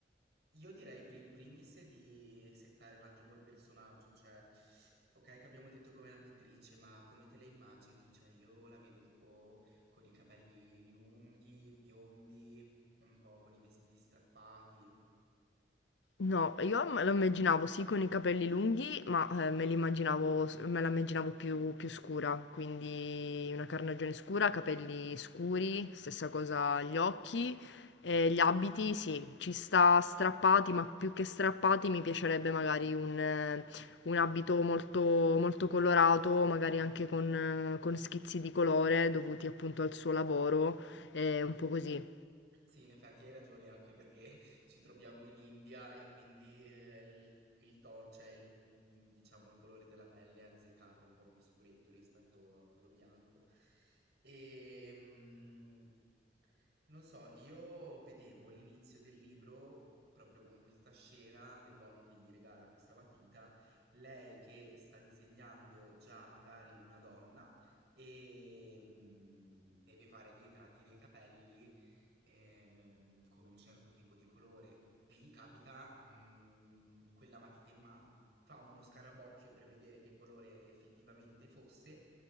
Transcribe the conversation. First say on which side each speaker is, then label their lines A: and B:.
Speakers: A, on the right; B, on the left.
A: Io direi pri in primis di settare un attimo il personaggio, cioè okay che abbiamo detto come la pittrice, ma come te la immagini? Cioè io la vedo tipo con i capelli lunghi, biondi, un po' con i vestiti strappati.
B: No, io me lo immaginavo sì con i capelli lunghi, ma eh, me li immaginavo, me la immaginavo più, più scura, quindi una carnagione scura, capelli scuri, stessa cosa gli occhi, e gli abiti sì, ci sta strappati, ma più che strappati mi piacerebbe magari un, eh, un abito molto, molto colorato, magari anche con, eh, con schizzi di colore dovuti appunto al suo lavoro, eh, un po' così.
A: Sì, in effetti hai ragione, anche perché <laughs> ci troviamo in India e quindi, ehm, il il tono cioè il mhmm, diciamo il colore della pelle è azzeccato, un po' più scuretto rispetto a quello bianco. Ehm, non so, io vedevo l'inizio del libro proprio con questa scena dell'uomo che gli regala questa matita, lei che sta disegnando già magari una donna, ehm, deve fare dei tratti dei capelli ehm, con un certo tipo di colore e gli capita, mhmm, quella matita in mano. Fa uno scarabocchio per vedere che colore effettivamente fosse